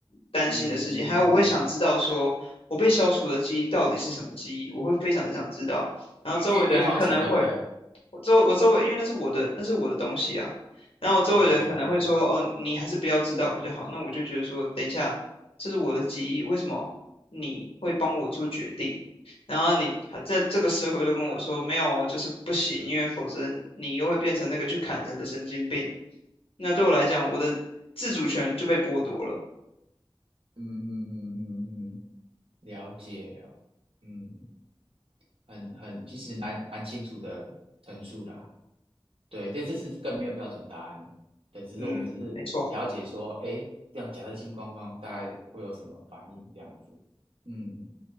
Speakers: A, on the left (about 80°); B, on the right (about 75°).
A: 担心的事情。
B: 嗯嗯嗯嗯，
A: 还有，我会想知道说，我被消除的记忆到底是什么记忆，我会非常的想知道。然后周围的人可能会，
B: 越越越好奇，对不对？
A: 我周我周围，因为那是我的，那是我的东西啊。然后我周围的人可能会说，
B: 对对对对对，
A: 哦，你还是不要知道比较好。那我就觉得说，等一下，这是我的记忆，为什么你会帮我做决定？然后你还在这个社会都跟我说没有，就是不行，因为否则你又会变成那个去砍人的神经病。那对我来讲，我的自主权就被剥夺了。
B: 嗯嗯嗯嗯嗯，了解哦，嗯。很很其实蛮蛮清楚的陈述啦。对，对，这是更没有标准答案了。对，只是我们只是了解说，
A: 嗯，没错。
B: 哎，这样假设金光光大概会有什么反应这样子。嗯